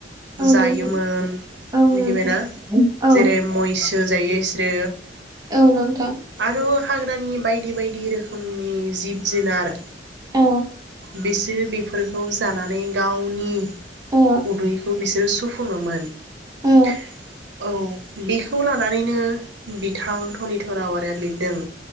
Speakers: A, on the right; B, on the right.
A: औ
B: जायोमोन
A: नोंथां औ
B: मिथिबायना
A: नोंथां औ
B: जेरै मैसो जायो इसोरो
A: औ नोंथां
B: आरो हाग्रानि बायदि-बायदि रोखोमनि जिब जुनार
A: औ
B: बिसोरो बेफोरखौ जानानै गावनि
A: औ
B: उदैखौ बिसोरो सुफुङोमोन।
A: औ
B: औ बेखौ लानानैनो बिथां धनिधर आवारिया लिरदों।